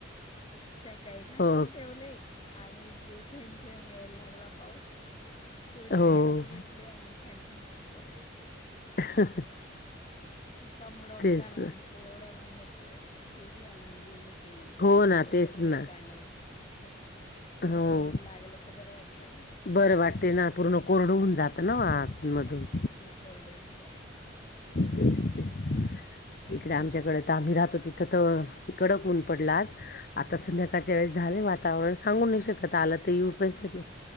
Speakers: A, on the left; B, on the left.
A: सकाळी घासून
B: हो
A: ठेवले आणि जेथेथे मिळेल लागला पाऊस शेवटी
B: हो
A: घरात घेत सुकले आणि फ्रँडकांनी सुकवले
B: <inaudible>
A: इतका मुडप
B: तेच
A: झाला
B: ना
A: म्हटलं एवढं मेहनत केली आणि गेले ते
B: हो
A: सुकले
B: ना तेच
A: पण
B: ना
A: नाही चांगले असं थोडंसं
B: हो
A: ऊन लागलं का बरं वाटतं कट ना
B: बरं वाटते ना पूर्ण कोरड होून जात ना आतमधून
A: कोरडीऊन जात
B: तेच तेच
A: असं
B: इकडे आमच्याकडें तर आम्ही राहतो तिथं तर कडक ऊन पडलाच आता
A: हां
B: संध्याकाळच्या वेळेस झाले वातावरण सांगू नाही शकत आलं तर येऊ पच
A: हां
B: शकेल